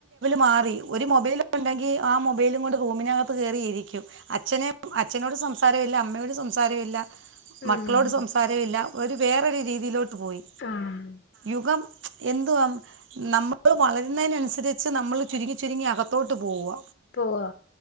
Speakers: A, on the right; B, on the left.
A: മാ ഒരു മൊബൈല ഉണ്ടെങ്കിൽ ആ മൊബൈലും കൊ റൂമിനകപ്പ് കറിയിരിക്കും അച്നെ അച്ഛനോട് സംസാരമില്ല അമ്മയോട് സംസാരമില്ല
B: ആഹ്
A: മക്കളോട് സംസാരമില്ല ഒരു വേറൊരു രീതിയിലോട്ട് പോയി
B: ആഹ്
A: യുഗം എന്തുവാ നമ്മൾ വളരുന്നതിനനുസരിച്ച് നമ്മൾ ചുരുങ്ങി ചുരുങ്ങി അകത്തോട്ട് പോവുക
B: പോവാ